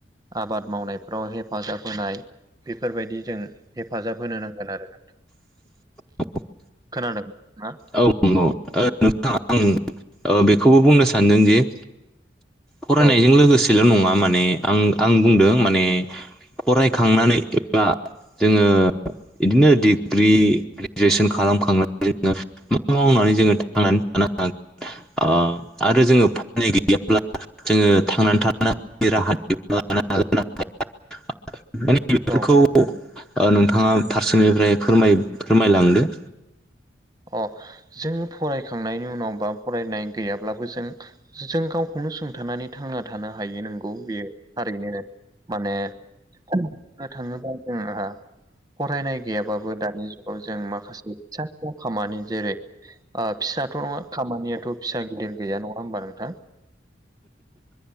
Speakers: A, on the right (about 20°); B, in the centre.
A: आबाद मावनायफ्राव हेफाजाब होनाय बेफोरबायदि जों हेफाजाब होनो नांगोन आरो
B: <unintelligible>
A: खोनादोंना
B: औ नंगौ नोंथां आं बेखौबो बुंनो सानदोंदि फरायनायजों
A: औ
B: लोगोसेल' नङा माने आं आं बुंदों माने फरायखांनानै एबा जोङो इदिनो डिग्रि ग्रेजुवेसन खालामखांनानै जोङो मा मावनानै जोङो थांनानै थानो हागोन ओ आरो जोङो फरायनाय गैयाब्ला जोङो थांनानै थानो हानायनि राहा दिहुनना लानो हागोन <unintelligible> बेफोरखौ
A: औ
B: औ नोंथाङा फारसेनिफ्राय फोर फोरमायलांदो
A: अ जों फरायखांनायनि उनाव बा फरायनाय गैयाब्लाबो जों जों गावखौनो सुंथानानै थांना थानो हायो नोंगौ बेयो थारैनो माने बुंनो थाङोबा जोंहा फरायनाय गैयाबाबो दानि जुगाव जों माखासे फिसा खामानि जेरै ओ फिसाथ' नङा खामानियाथ' फिसा गिदिर गैया नङा होमबा नोंथां?